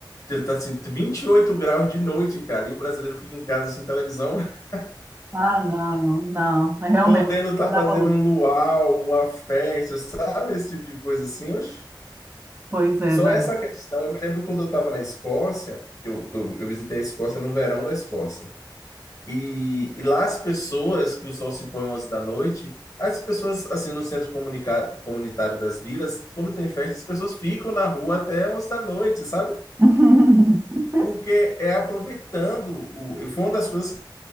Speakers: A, on the left; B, on the right.
A: Tá assim, 28 graus de noite, cara, e o brasileiro fica em casa sem televisão, <laughs>
B: Ah, não, não, realmente,
A: podendo estar
B: não dá
A: fazendo
B: valor.
A: um luau, uma festa, sabe? Esse tipo de coisa assim. Oxe.
B: Pois é,
A: Só
B: não.
A: essa questão. Eu me lembro quando eu estava na Escócia, que eu, que eu eu visitei a Escócia no verão da Escócia. E, e lá as pessoas, que o sol se põe 11 da noite, as pessoas, assim, no centro comunica- comunitário das vilas, quando tem festa, as pessoas ficam na rua até 11 da noite, sabe?
B: <laughs>
A: Porque é aproveitando. O, e foi uma das coisas que